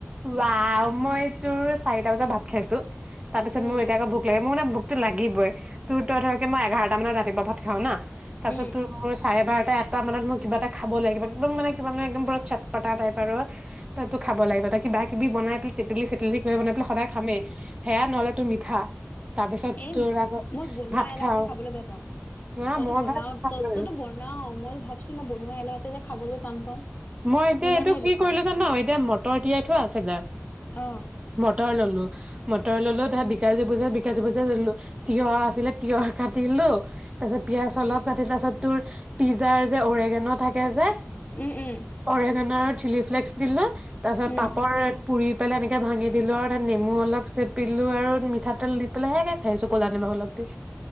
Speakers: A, on the right; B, on the left.
A: ৱা মই তোৰ চাৰিটা বজাত ভাত খাইছো তাৰ পিছত
B: উম
A: মোৰ এতিয়া আকৌ ভোক লাগে মোৰ মানে লাগিবই তোৰ তো ধৰ কি মই এঘাৰটা মানত ৰাতিপুৱা ভাত খাও না তাৰপিছত
B: উম
A: তোৰ চাৰে বাৰ এ এটা মানত মই কিবা এটা খাব লাগিব একদম মানে কিবা মানে একদম ব চট পতা টাইপ আৰু তো খাব লাগিব ত কিবাকিবি বনাই কি তেতেলি-চেতেলি বনাই পালে সদায় খামেই সেয়া নহ'লে তো মিঠা তাৰপিছত
B: এ
A: তোৰ আকৌ
B: মই বনোৱা
A: ভাত
B: এলাহতে
A: খাওঁ
B: খাবলৈ বেয়া পাও
A: না
B: তইতো
A: মই
B: বনাও
A: ভাত খাবই।
B: ত তইতো বনাও মই ভাবিছো মই বনোৱা এলাহতে যে খাবলৈ টান পাওঁ
A: মই এতিয়া
B: ইমানেই
A: এইটো
B: এলেহুৱা
A: কি কৰিলো জান এতিয়া ম উতৰ তিয়াই থোৱা আছিলে
B: অ
A: মটৰ ললো মটৰ ললো তাৰছত বিকাজী পূজা বিকাজী পূজালো তিয়হ আছিলে তিয়হ কাটিলো তাৰ পাছত পিয়াজ অলপ কাটি তাৰপাছত তোৰ পিজ্জাৰ যে অওৰেগেনৰ থাকে যে
B: উম উম
A: অৰেগানাত চিলি ফ্লেক্স দিলো তাৰ পিছত
B: উম
A: পাপৰ পুৰি দি পেলাই এনেকৈ ভাঙি দিলোঁ আৰু তাত নমু অল চেপিলোঁ আৰু মিঠাতেল দি পেলাই সেয়াকৈ খাইছোঁ ক'লা নিমখ অলপ দি